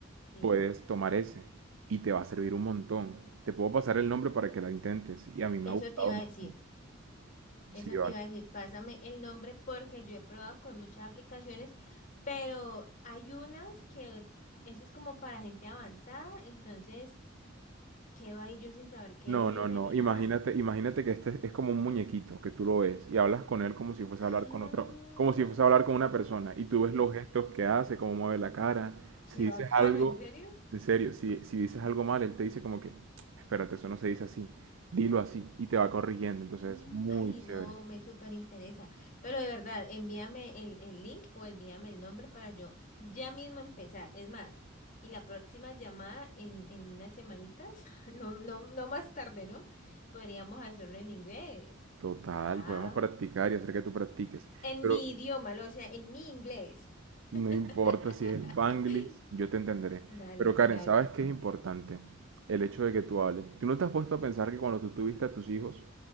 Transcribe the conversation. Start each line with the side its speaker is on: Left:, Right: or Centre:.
Left: Sí,
Right: puedes tomar ese y te va a servir un montón. Te puedo pasar el nombre para que la intentes y a mí me
Left: eso
Right: ha gustado
Left: te iba
Right: mucho.
Left: a decir. Eso
Right: Sí, vale.
Left: te iba a decir. Pásame el nombre porque yo he probado con muchas aplicaciones, pero hay unas que eso es como para gente avanzada, entonces ¿Qué quedo ahí yo sin saber qué
Right: No,
Left: decirle
Right: no, no.
Left: ni
Right: Imagínate,
Left: nada.
Right: imagínate que este es como un muñequito que tú lo ves y hablas con él como si fuese
Left: Ah,
Right: a hablar con otro, como si fuese a hablar con una persona y tú ves los
Left: sí,
Right: gestos que hace, cómo mueve la cara.
Left: Qué
Right: Si dices
Left: bacano,
Right: algo,
Left: ¿en serio?
Right: en serio, si, si dices algo mal, él te dice como que, espérate, eso no se dice así, dilo así y te va corrigiendo. Entonces
Left: Mm,
Right: es muy
Left: Ay,
Right: chévere.
Left: no, me súper interesa. Pero de verdad, envíame el, el link o envíame el nombre para yo ya mismo empezar. Es más, y la próxima llamada en, en unas semanitas, <laughs> no, no, no más tarde, ¿no? Podríamos hacerlo en inglés.
Right: Total,
Left: Ah,
Right: podemos practicar y hacer que tú practiques.
Left: en
Right: Pero
Left: mi idioma, ¿no? O sea, en mi inglés.
Right: No
Left: <laughs>
Right: importa si es Spanglish, yo te entenderé.
Left: Dale,
Right: Pero Karen,
Left: dale.
Right: ¿sabes qué es importante? El hecho de que tú hables. ¿Tú no te has puesto a pensar que cuando tú tuviste a tus hijos,